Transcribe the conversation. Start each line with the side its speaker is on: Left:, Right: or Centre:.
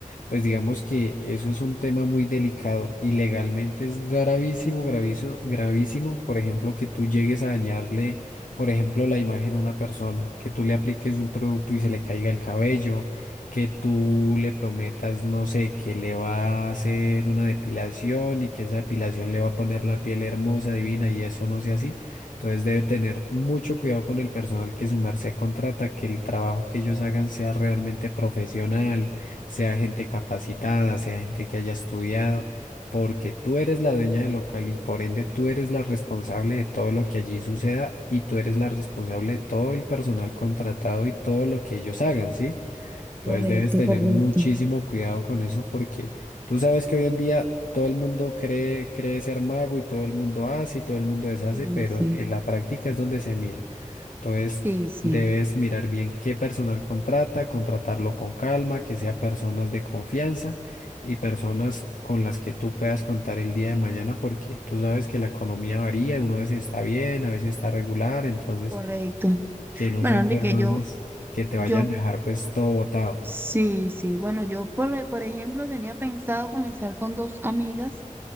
Left: pues digamos que eso es un tema muy delicado y legalmente es gravísimo, gravísimo, gravísimo, por ejemplo, que tú llegues a dañarle, por ejemplo, la imagen a una persona, que tú le apliques un producto y se le caiga el cabello, que tú le prometas, no sé, que le va a hacer una depilación y que esa depilación le va a poner la piel hermosa, divina y eso no sea así. Entonces debe tener mucho cuidado con el personal que su merced contrata, que el trabajo que ellos hagan sea realmente profesional sea gente capacitada, sea gente que haya estudiado, porque tú eres la dueña del local y por ende tú eres la responsable de todo lo que allí suceda y tú eres la responsable de todo el personal contratado y todo lo que ellos hagan, ¿sí? Entonces
Right: Correcto,
Left: debes tener
Right: correcto.
Left: muchísimo cuidado con eso porque tú sabes que hoy en día todo el mundo cree, cree ser mago y todo el mundo hace y todo el mundo deshace,
Right: Sí,
Left: pero
Right: sí,
Left: en la práctica es donde se mira. Entonces
Right: sí, sí,
Left: debes mirar bien qué personal contrata, contratarlo con calma, que sea personas de confianza y personas con las que tú puedas contar el día de mañana porque tú sabes que la economía varía, uno a veces está bien, a veces está regular, entonces
Right: correcto.
Left: que no
Right: Bueno,
Left: sean
Right: Enrique,
Left: personas
Right: yo,
Left: que te
Right: yo
Left: vayan a dejar pues todo botado.
Right: Sí, sí. Bueno, yo, por, e, por ejemplo, tenía pensado comenzar con dos amigas